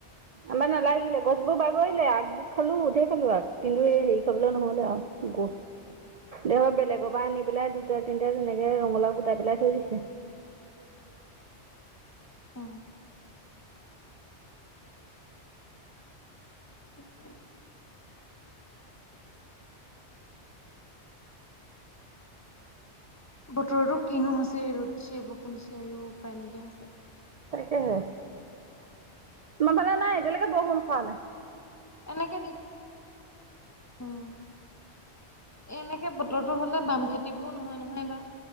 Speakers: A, on the right; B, on the left.
A: আমাৰ নালাগিলে, গছবোৰ বাগৰিলে আগবোৰ খালো ঢেৰ খালো আগ, কিন্তু হেৰি খাবলৈ নহলে আও। গোট দে বেলেগৰ পৰা আনি পেলাই দুটা তিনিটা তেনেকে ৰঙালাউ গুটি তে পেলাই থৈ দিছে।
B: অ। <unintelligible> বতৰতো কিনো হৈছে ৰ'দ দিছে বৰষুণ দিছে আও উপায় নাইকিয়া হৈছে।
A: তাকে আমাৰ ফালে নাই এতিয়ালৈকে বৰষুণ সৰা নাই
B: এনেকে দি উম। এ এনেকে বতৰৰতো হলে বাম খেতি বোৰ নহয় নহয় এইবাৰ